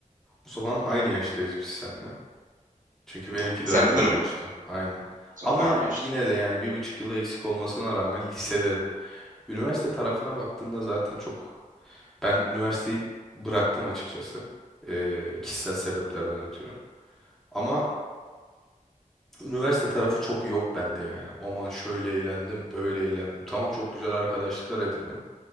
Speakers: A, in the centre; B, on the right.
A: O zaman aynı yaştayız biz seninle. Çünkü benimki
B: Ha, Sende
A: de öyle
B: de
A: olmuştu.
B: mi öyle?
A: Aynen.
B: Son-
A: Ama
B: Aynı yaşta.
A: yine de yani bir buçuk yılı eksik olmasına rağmen lise derim. Üniversite tarafına baktığında zaten çok Ben üniversiteyi bıraktım açıkçası. Ee, kişisel sebeplerden ötürü. Ama üniversite tarafı çok yok bende yani. Aman şöyle eğlendim, böyle eğlendim. Tamam çok güzel arkadaşlıklar edindim.